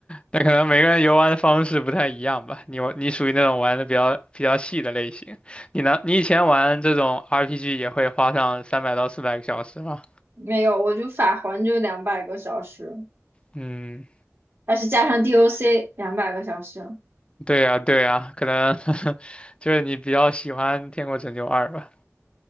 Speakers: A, on the left; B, on the right.
A: 那可能每个人游玩的方式不太一样吧。你你属于那种玩的比较比较细的类型，你呢？你以前玩这种 RPG 也会花上三百到四百个小时吗？
B: 没有，我就法环就两百个小时，
A: 嗯，
B: 但是加上 DOC 两百个小时，
A: 对呀，对呀，可能 <laughs> 就是你比较喜欢《天国拯救二》吧。